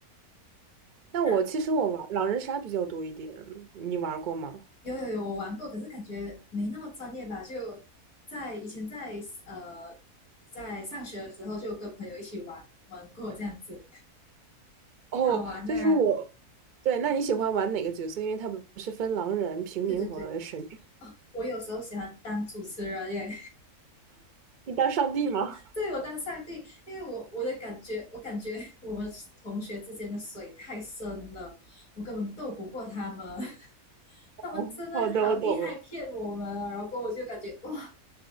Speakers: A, on the right; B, on the left.
A: 那我其实我玩狼人杀比较多一点，
B: 那
A: 你玩过吗？
B: 有有有，我玩过，可是感觉没那么专业吧？就在以前在呃在上学的时候，就跟朋友一起玩玩过这样子，挺好玩的啊。
A: 哦，就是我，对，那你喜欢玩哪个角色？因为它不是分狼人、平民和神，
B: 对对对，哦，我有时候喜欢当主持人耶，
A: 你当上帝吗？
B: 对我当上帝，因为我我的感觉，我感觉我们同学之间的水太深了，我根本斗不过他们，<laughs>
A: 哦好的，
B: 他们真的好厉害，
A: 我懂了，
B: 骗我们啊，然后我就感觉哇。